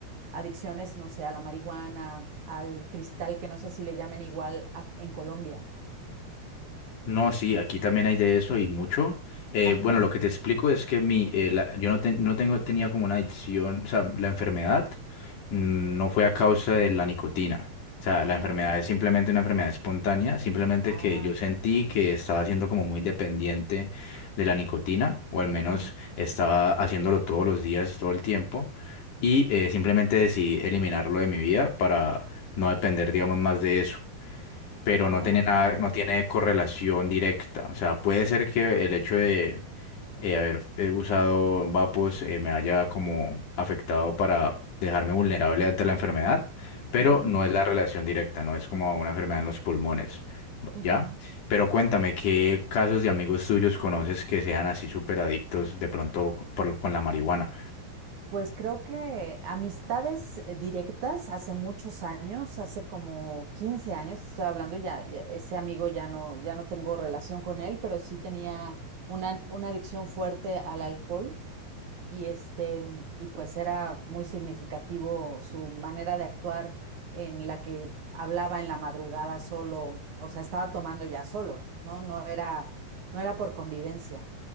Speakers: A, on the right (about 55°); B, on the left (about 55°).
A: adicciones, no sé, a la marihuana, al cristal, que no sé si le llamen igual a- en Colombia.
B: No, sí, aquí también hay de eso y mucho. Eh,
A: Ajá,
B: bueno, lo que te explico es que mi, eh, la- yo no, ten- no tengo, tenía como una adicción, o sea, la enfermedad mm,
A: ujú,
B: no fue a causa de la nicotina. O sea,
A: ajá,
B: la enfermedad es simplemente una enfermedad espontánea, simplemente
A: ah.
B: que yo sentí que estaba siendo como muy dependiente de la nicotina, o al menos
A: Ujú.
B: estaba haciéndolo todos los días, todo el tiempo, y eh, simplemente decidí eliminarlo de mi vida para no depender, digamos, más de eso pero
A: Ah,
B: no tiene nada,
A: ya.
B: no tiene correlación directa. O sea, puede ser que el hecho de eh, haber eh, usado vapos eh, me haya como afectado para dejarme vulnerable ante la enfermedad, pero
A: Ujú,
B: no es la relación directa, no es como una enfermedad en los pulmones,
A: ujú.
B: ¿ya? Pero cuéntame, ¿qué casos de amigos tuyos conoces que sean así súper adictos de pronto por- con la marihuana?
A: Pues creo que amistades eh, directas hace muchos años, hace como 15 años, estoy hablando ya, ya ese amigo ya no, ya no tengo relación con él, pero sí tenía una, una adicción fuerte al alcohol y este, y pues era muy significativo su manera de actuar en la que hablaba en la madrugada solo, o sea, estaba tomando ya solo, ¿no? No era, no era por convivencia.